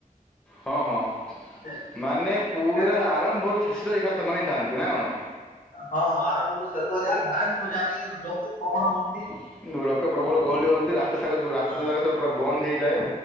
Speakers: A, in the centre; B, on the left (about 70°).
A: ହଁ ହଁ
B: <inaudible>
A: ମାନେ ପୁରା
B: <unintelligible>
A: ଆରମ୍ଭରୁ ଶେଷ ଯାଏଁ ଖାଲି ସୋମାନେ ଇ ଥାନ୍ତି ନା କଣ?
B: ହଁ ଆରମ୍ଭରୁ ଶେଷ ଯାଏ ଭାରି ମଜା ଲାଗେ ଲୋକ ପ୍ରବଳ ହୁଅନ୍ତି।
A: <unintelligible> ଲୋକ ପ୍ରବଳ ଗହଳି ହୁଅନ୍ତି ରାସ୍ତା ସାଗା ସବୁ ରାସ୍ତା
B: ହଁ
A: ଜାଗା ସବୁ ପୁରା ବନ୍ଦ ହେଇଯାଏ।